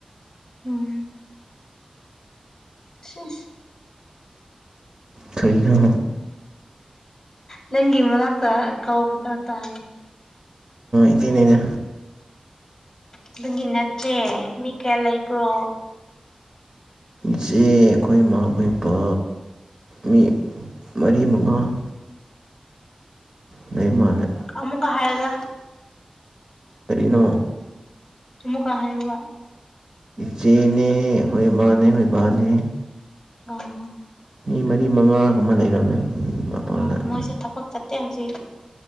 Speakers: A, on the left; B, on the right.
A: ꯎꯝ <inaudible>
B: ꯀꯅ
A: ꯂꯪꯒꯤ ꯃꯂꯀ ꯀꯥꯎꯗ ꯇꯥ
B: ꯏꯆꯅꯦꯅ
A: ꯑꯗꯨꯒꯤ ꯅꯠꯇꯦ ꯃꯤ ꯀꯌꯥ ꯂꯩꯕ꯭ꯔꯣ
B: ꯆꯦ ꯑꯩꯈꯣꯏꯃ ꯑꯩꯏꯕ ꯃꯤ ꯃꯔꯤ ꯃꯉꯥꯡ ꯂꯩ ꯃꯥꯂ
A: ꯑꯃꯨꯛꯀ ꯍꯥꯏꯔꯒ
B: ꯀꯔꯤꯅꯣ
A: ꯑꯃꯃꯨꯀ ꯍꯥꯏꯕ
B: ꯆꯦꯅꯦ ꯃꯥꯅꯦ ꯥꯅꯦ
A: ꯑ
B: ꯃꯤ ꯃꯔꯤ ꯃꯉꯥꯒꯨꯝ ꯑꯃ ꯂꯩꯔꯝꯃꯦ ꯃꯄꯥꯟꯗ
A: ꯃꯣꯏ ꯆ ꯊꯄꯛ ꯆꯦ ꯍꯧꯁꯤ